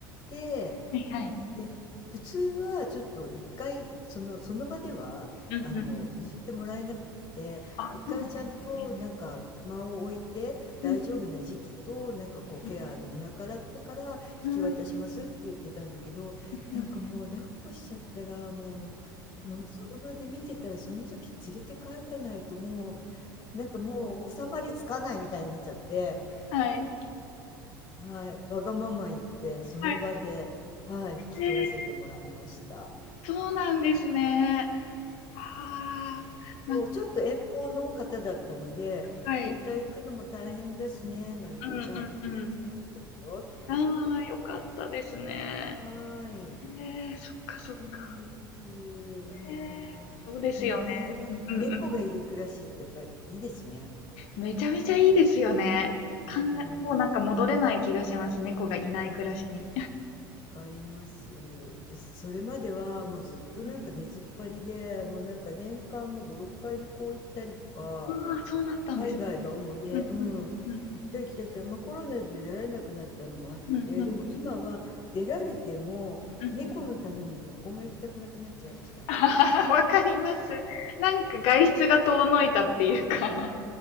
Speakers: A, on the left; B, on the left.
A: て、
B: はいはい。
A: で、普通はちょっと1回そのその場では、
B: うんうん。
A: あの、譲ってもらえなくって、
B: あ、
A: 1回ちゃんとなんか間を置いて、
B: そうなんですね。
A: 大丈夫な時期と、
B: うん、
A: なんかこうケアで見計らってから、
B: う
A: 引き渡しますって言ってたんだけど、
B: ん。うーん。
A: なんかもう抱っこしちゃったら、
B: うんうん。
A: もう、もうその場で見てたら、その時連れて帰らないともう、なんかもう収まりつかないみたいになっちゃって、
B: はい。
A: はい、わがまま言って、その場で、
B: はい。
A: はい、引き取らせてもらいました。
B: へえ、そうなんですね。ああ、
A: そう、
B: なんか
A: ちょっと遠方の方だったので、
B: はい。
A: また行くのも大変だしね、なんて、
B: うんうんうん。
A: じゃあ特別にいいですよって言っていた。
B: ああ、よかったですね。
A: はーい。
B: えー、そっかそっか。
A: そうです。もう、
B: えー、そうですよね。
A: でもね、
B: うんうん。
A: 猫がいる暮らしってやっぱりいいですね。
B: めちゃめちゃいいですよね。
A: うん。
B: 考えもうなんか戻れない気がします。猫がいない暮らしに。
A: わかります。私、それまではもうずっとなんか出ずっぱりで、
B: うん。
A: もうなんか年間もう5、6回旅行行ったりとか、
B: ああ、そうなったんですね。
A: 海外が主で、
B: うんうん。
A: うん、
B: うん。
A: 行ったり来たりして、まあ、コロナで出られなくなったのもあって、
B: うんうん
A: でも今は出られても、
B: うん。
A: 猫のためにどこも行きたくなくなっちゃいました。
B: <laughs> あははわかります。なんか外出が遠のいたっていうか。